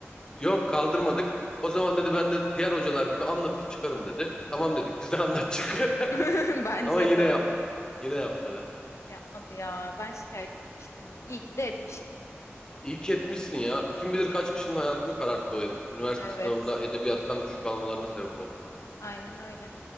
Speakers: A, on the left (about 20°); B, on the left (about 80°).
A: Yok kaldırmadık. O zaman dedi ben de diğer hocalar gibi anlatır çıkarım dedi. Tamam dedik biz de anlat çık. <laughs>
B: <laughs> Bence
A: Ama yine
B: de.
A: yap yine yapmadı.
B: Yapmadı ya. Ben şikayet etmiştim onu. İyi ki de etmişim.
A: İyi ki etmişsin ya. Kim bilir kaç kişinin hayatını kararttı o herif. Üniversite
B: Evet.
A: sınavında edebiyattan düşük almalarına sebep oldu.
B: Aynen öyle.